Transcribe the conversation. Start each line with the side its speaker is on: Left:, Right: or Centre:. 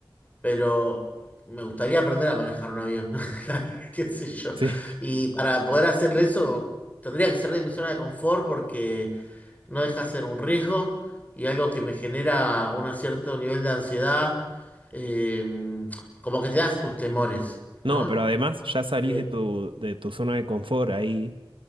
Left: pero me gustaría aprender a manejar un avión, <laughs> qué sé yo.
Right: Sí.
Left: Y para poder hacerle eso, tendría que ser de mi zona de confort porque no deja de ser un riesgo y algo que me genera un cierto nivel de ansiedad, eh, como que te das tus temores,
Right: No,
Left: ¿no?
Right: pero además ya salís
Left: Eh,
Right: de tu, de tu zona de confort ahí,